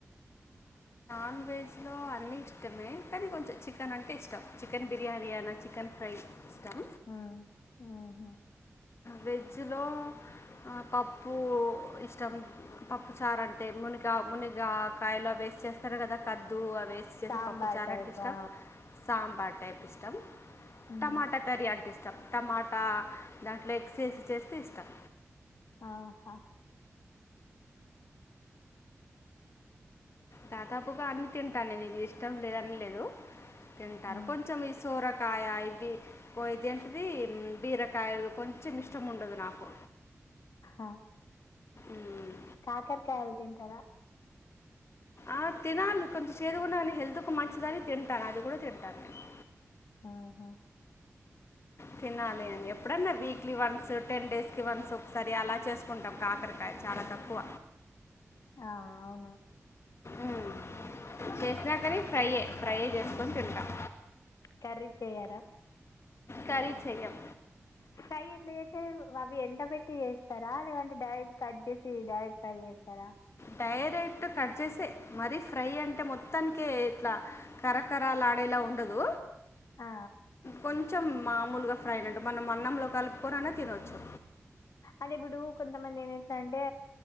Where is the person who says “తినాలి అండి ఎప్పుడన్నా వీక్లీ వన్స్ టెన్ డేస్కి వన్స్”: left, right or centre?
Left